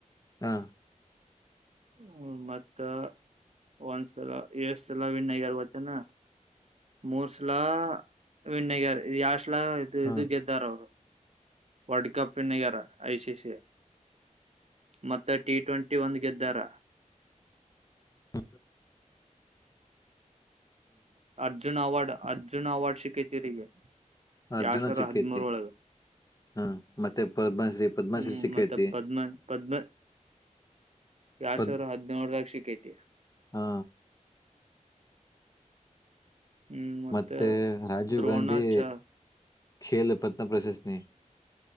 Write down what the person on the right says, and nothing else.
ಹ್ಮ ಮತ್ತ ಒಂದ್ಸಲ ಎಷ್ಟ ಸಲ ವನ್ ಆಗ್ಯಾರ ಗತ್ತನಾ ಮೂರ್ಸಲಾ ವಿಣ್ಣಗರ್ ಯಾಷ್ಟಲ ಇದು
ಇದು ಗೆದ್ದಾರ ಅವರು ವರ್ಲ್ಡ್ ಕಪ್ ವಿನ್ನಗರ ಐಸ ಸಿ ಎ ಮತ್ತೆ ಟಿ ಟ್ವೆಂಟಿ ಒಂದು್ ಗೆದ್ದಾರ
ಅರ್ಜುನ್ ಅವಾರ್ಡ್ ಅರ್ಜುನ್ ಅವಾರ್ಡ್ ಸಿಿಕೈತಿೀರಿಗೆ
ಎಾರ್ ಸಾವಿರ
ಹದ್ಮೂರ ಒಳಗೆ
ಹ್ಮ್
ಮತ್ತೆ ಪದ್ಮ ಪದ್ಮ ಎರಡ್
ಸಾವಿರ ಹದಿನೂರದಾಗ ಸಿಕ್ಕೈತಿ
ಹ್ಮ್ ಮತ್ತ
ದ್ರೋಣಾಚಾರ್